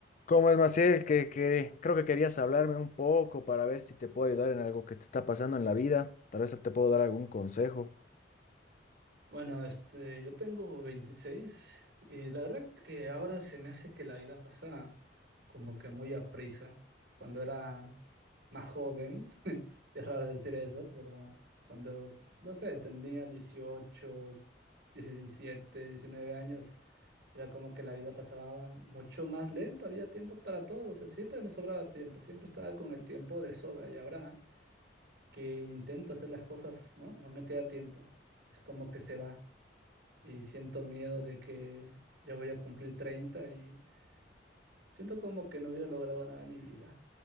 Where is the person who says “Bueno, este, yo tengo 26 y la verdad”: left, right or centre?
Right